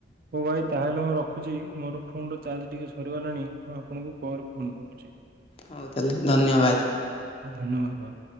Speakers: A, on the right; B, on the left.
A: ହୋ ଭାଇ ତାହେଲେ ମୁଁ ରଖୁଛି ମୋର ଫୋନର ଚାର୍ଜ ଟିକେ ସରିଗଲାଣି ମୁଁ ଆପଣଙ୍କୁ ପରେ ଫୋନ କରୁଛି
B: ହୋଉ ତାହେଲେ ଧନ୍ୟବାଦ
A: ଧନ୍ୟବାଦ ଭାଇ